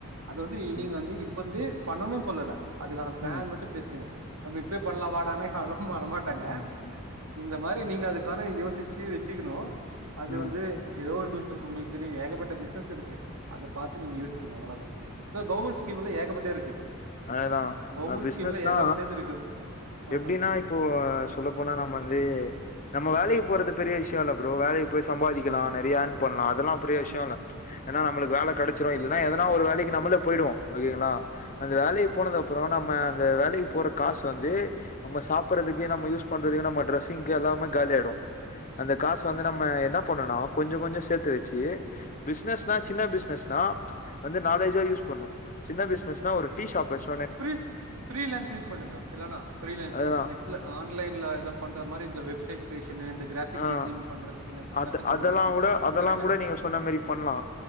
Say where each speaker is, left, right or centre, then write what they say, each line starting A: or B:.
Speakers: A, on the right (about 80°); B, on the left (about 35°).
A: அதது வந்து நீ
B: ம்
A: நீங்க வந்து இப்ப வந்து
B: ம்
A: பண்ணணுனு சொல்லல அதுக்கான பிளான்
B: ம்
A: மட்டு பேசிக்கணு நம்ம இப்பே பண்ணலா வாடானா யாரு வரமாட்டாங்க
B: ம் ம்
A: இந்த இந்த மாரி நீங்க அதுக்கு கான யோசி வெச்சுக்கணு
B: ம்
A: அது
B: ம்
A: வந்து எதோ ஒரு பிசினஸ் உங்களுக்கு தெரியு ஏகப்பட்ட பிசின சஸ் இருக்கு அத பாத்து நீங்க
B: ம்.
A: யோசிக்கணு அவ்ளதா இப்ப கவுவர்மெண்ட் ஸ்கீம் எல்லா ஏகப்பட்டது இருக்கு
B: அததா
A: கவர்மெண்ட்
B: ஹ் பிசினஸ்னா
A: ஸ்கீம்ல ஏகப்பட்டது இருக்கு ஆ
B: எப்டின்னா
A: சொல்லுங்க
B: இப்போ சொல்ல போனா நம்ம வந்து நம்ம வேலைக்கு போறது பெரிய விஷயம் இல்ல ப்ரோ வேலைக்கு போய் சம்பாதிக்கலா நெறைய ஏர்ன் பண்ணலா அதெல்லா பெரிய விஷய இல்ல ஏன்னா நம்மளுக்கு வேல கெடச்சிரு இல்லன்னா எதுனா ஒரு வேலக்கு நம்மளே போயிடுவோ ஓகேங்களா அந்த வேலைய
A: ஓகே
B: போனது அப்புறம் நம்ம அந்த வேலைக்கு போற காசு வந்து நம்ம சாப்பிடறதுக்கு நம்ம யூஸ் பண்றதுக்கு நம்ம ட்ரெஸ்ஸிங்க்கு எல்லாமே காலிய ஆயிடும் அந்த காசு வந்து நம்ம என்ன பண்ணனு கொஞ்சோ கொஞ்சோ வெச்சு பிசனஸ்னா சின்ன பிசினஸ்னா வந்து நாலேஜா யூஸ் பண்ணணு சின்ன பிசினஸ் நா ஒரு டீஷாப்ச்சு
A: பிரில பிரிலசிங்க் பண்ணுங்க இல்லனா பிரிலன்சிக்
B: அதுதா
A: நெட்ல ஆன்லைன்ல எதோ பண்ற மாரி இந்த வெப்சைட் கிரியேஷனு இந்த கிராஃபிக்
B: ஆஹ்
A: டிசைன் பண்றதுக்குன்னு
B: அது
A: கத்துக்கோங்க
B: அதெல்லா கூட அதெல்லா
A: புகரட்ட
B: கூட நீங்க சொன்ன மாரி பண்ணலா